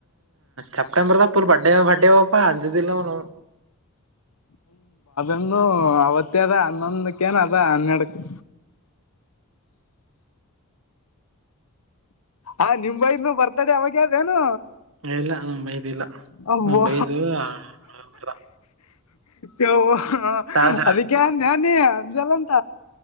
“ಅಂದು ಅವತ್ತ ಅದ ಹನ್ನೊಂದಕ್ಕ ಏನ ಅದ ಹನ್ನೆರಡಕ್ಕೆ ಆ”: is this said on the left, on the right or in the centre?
Left